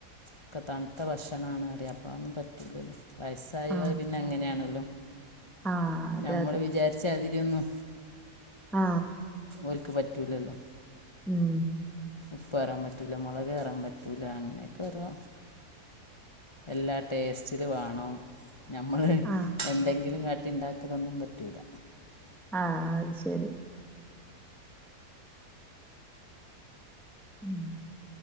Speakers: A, on the left; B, in the centre.
A: ഒക്കെ തണുത്ത ഭക്ഷണാണ അറിയ അപ്പ ഒന്നും പറ്റൂലല്ല വയസ്സായോ
B: ആഹ്
A: പിന്നെ അങ്ങനെയാണല്ലോ
B: ആഹ് അതെ
A: ഞമ്മള് വിചാരിച്ചാതി യെന്നു
B: ആ
A: ഓൾക്ക് പറ്റൂലല്ലോ
B: ഉം
A: ഉപ്പ് കേറാൻ പറ്റുല്ല മുളക് കേറാൻ പറ്റൂല്ല അങ്ങനെയൊക്കെ ഒരോ എല്ലാ ടേസ്റ്റിലു വേണം ഞമ്മള്
B: ആഹ്
A: എന്തെങ്കിലും കാ <unintelligible> ഇണ്ടാക്കലൊന്നും പറ്റൂല
B: ആ അത് ശരി ഉം